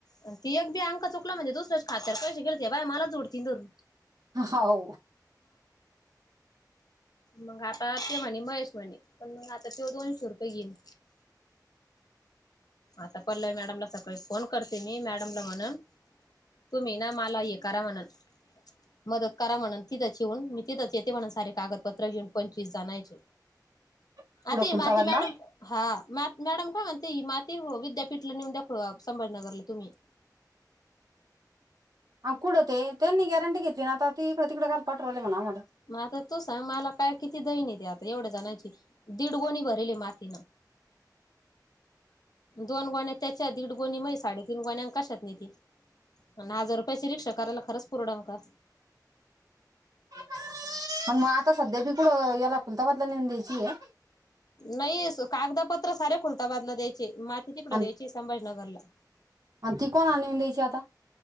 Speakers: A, on the left; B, on the right.
A: आणि ती अगदीी अंक चुकला म्हजे दुसऱ्याच्या खात्यार पैसे घेळते बाय मला जोडतीधरून.
B: हो.
A: मग आता ते म्हणे महेश म्हणे पण मग आता ते दोनशे रुपये घेईन. आता पल्लय मॅडमला सकाळी फोन करते मी मॅडमला म्हणन तुम्ही ना मला हे करा म्हणन मदत करा म्हणून तिथंच येेऊन मी तिथंच येते म्हणून सारे कागदपत्र घेऊन पंचवीस जाणायचे.
B: कुठं
A: आ ते
B: कुलताबादला
A: माती मॅडम हा मॅडम काय म्हणते. ते म. ते विद्यापीठला नेऊन दाखव संभाजीनगरला तुम्ही
B: कुठं ते त्यांनी गॅरंी घेतली ना आता तक तिकडे काल पाट्रोल आहे म्हणा आट
A: मला तू सांग मला काय किती <unintelligible> <unintelligible> एवढ्या जणांची दीड गोणी भरेले मातीनं. दोन गोण्या त्याच्या दीड गोणी माया साडेतीन गोण्या कशात नाही त हजार रुपयाची रिक्षा करायला खरंच परवडण का
B: ण मग आता सध्या भी कुडं याला खुलता बदला न चीय
A: नाही कागदापत्र सारे खुलताबादला द्यायचे म तिकड द्यायची
B: आणि
A: संभाजनगरला
B: आणि ती कोणा नेऊन द्यायची आता